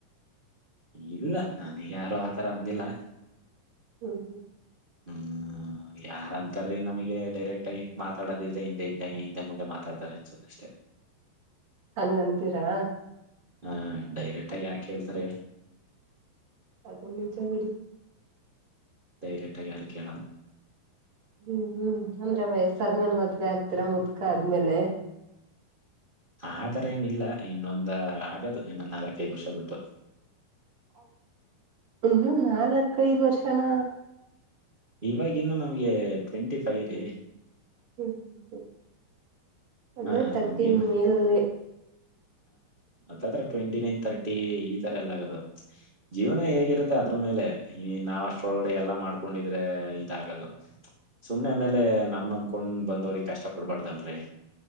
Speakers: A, on the right; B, on the right.
A: ಇಲ್ಲ ನನಿಗ್ ಯಾರು ಆತರ ಅಂದಿಲ್ಲ.
B: ಹ್ಮ್ ಹ್ಮ್
A: ಹ್ಮ್ ಯಾರಂತಾರೀ ನಮಗೆ ಡೈರೆಕ್ಟ್ ಆಗಿ ಮಾತಾಡೋದಿದ್ರೆ ಹಿಂದೆ ಹಿಂದೆ ಹಿಂದೆ ಮುಂದೆ ಮಾತಾಡ್ತಾರೆ ಅನ್ಸುತ್ತೆ. ಅಷ್ಟೇ.
B: ಹಂಗಂತೀರಾ
A: ಹಾ ಡೈರೆಕ್ಟ್ ಆಗಿ ಯಾರ್ ಕೇಳ್ತಾರೆ ಹೇಳಿ.
B: ಅದು ನಿಜಾ ಬಿಡಿ.
A: ಡೈರೆಕ್ಟ್ ಆಗಿ ಯಾರು ಕೇಳಲ್ಲ.
B: ಹ್ಮ್ ಹ್ಮ್ ಅಂದ್ರೆ ವಯಸ್ಸಾದ್ಮೇಲೆ ಮದ್ವೆ ಆಗ್ತೀರಾ ಮುದ್ಕ ಆದ್ಮೇಲೆ.
A: ಆತರ ಏನಿಲ್ಲ ಇನ್ನೊಂದ ಆಗದು ಇನ್ನೊಂದ್ ನಾಲ್ಕೈದು ವರ್ಷ ಬಿಟ್ಟು.
B: ಇನ್ನೂ ನಾಲ್ಕ್ಐದು ವರ್ಷನ.
A: ಇವಾಗ ಇನ್ನು ನಮ್ಗೆ ಟ್ವೆಂಟಿ ಫೈವ್ ರೀ.
B: ಹ್ಮ್ ಹ್ಮ್ ಹ್ಮ್ ಅಂದ್ರೆ
A: ಹಾ
B: ತರ್ಟಿ
A: ನಮಗಿನ್ನ.
B: ಮೇಲೆ
A: ಅತ್ತಾತ್ರಾ ಟ್ವೆಂಟಿ ನೈನ್ ತರ್ಟಿ ಈ ತರ ಎಲ್ಲ ಆಗದು. ಜೀವನ ಹೇಗಿರುತ್ತೆ ಅದ್ರು ಮೇಲೆ ಈ ನಾವ್ ಅಷ್ಟೊಳಗಡೆ ಎಲ್ಲಾ ಮಾಡ್ಕೊಂಡಿದ್ರೆ ಇದಾಗದು. ಸುಮ್ನೆ ಆಮೇಲೆ ನಮ ನಮ್ಕೊಂಡ್ ಬಂದವ್ರಿಗೆ ಕಷ್ಟ ಕೊಡ್ಬಾರ್ದಲ್ರರಿ.